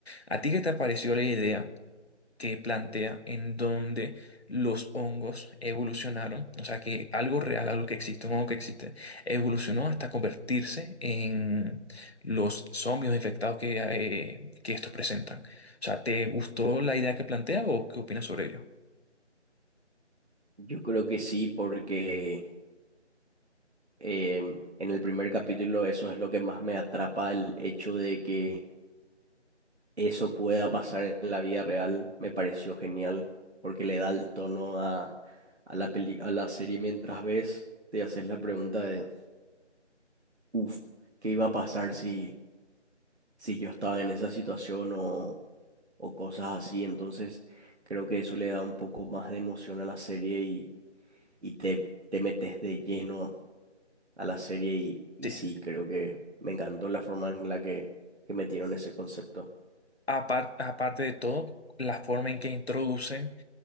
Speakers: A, on the left; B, on the right.
A: ¿a ti qué te pareció la idea? que plantea en donde los hongos evolucionaron, o sea que algo real, algo que existe, un hongo que existe, evolucionó hasta convertirse en los zombies infectados que, eh, que estos presentan. O sea, ¿te gustó la idea que plantea o qué opinas sobre ello?
B: Yo creo que sí, porque em, en el primer capítulo eso es lo que más me atrapa, el hecho de que eso pueda pasar en la vida real, me pareció genial, porque le da el tono a, a la peli, a la serie mientras ves, te haces la pregunta de, uff, ¿qué iba a pasar si, si yo estaba en esa situación o o cosas así. Entonces, creo que eso le da un poco más de emoción a la serie y, y te, te metes de lleno a la serie y, y
A: Sí.
B: sí, creo que me encantó la forma en la que, que metieron ese concepto.
A: Apar- aparte de todo, la forma en que introducen